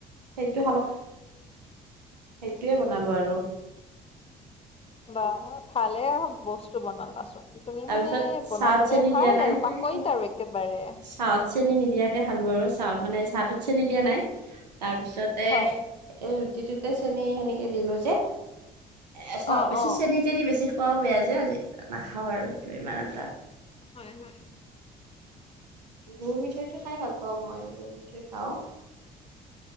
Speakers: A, on the right; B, on the left.
A: সেইটো খালোঁ। সেইটোয়ে বনালো আৰু।
B: বা ভালে বস্তু বনালাচোন। তুমি
A: তাৰপিছত
B: মানে বনাবলে
A: চাহত চেনি
B: ভাল
A: দিয়া নাই
B: আৰু পাকৈত আৰু একেবাৰে।
A: চাহত চেনি নিদিয়াকে খালোঁ আৰু চাহ মানে চাহটোত চেনি দিয়া নাই, তাৰপিছতে
B: হয়
A: এই ৰুটিটোতে চেনি সেনেকে দিলোঁ যে, এ চাও
B: অ
A: বেছি
B: অ।
A: চেনি চেনি বেছি খোৱাও বেয়া যে, আজি নাখাওঁ আৰু এইটো ইমান এটা।
B: হয়, হয়।
A: গুৰ মিঠৈ টো খাই ভাল পাওঁ মই গুৰ মিঠৈ খাওঁ।